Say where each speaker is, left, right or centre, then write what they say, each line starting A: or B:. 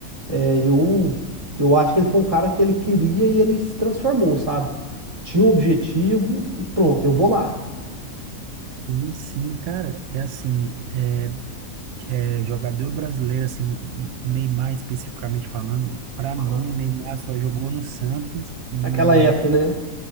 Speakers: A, on the right; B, on the right.
A: É, Eu, eu acho que ele foi um cara que ele queria e ele se transformou, sabe? Tinha um objetivo e pronto, eu vou lá.
B: sim, sim, cara, é assim, é, é jogador brasileiro, assim, o e Neymar especificamente falando, pra
A: Aham.
B: mim o Neymar só jogou no Santos e
A: Aquela época,
B: ali
A: né?